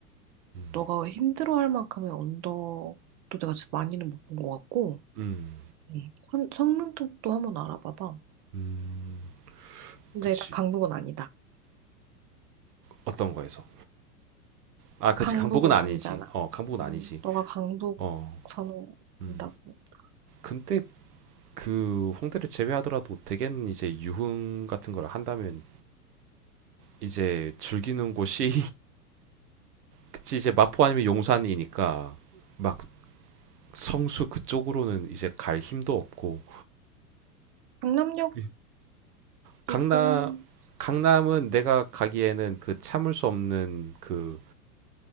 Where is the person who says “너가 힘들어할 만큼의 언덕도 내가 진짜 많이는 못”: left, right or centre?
Right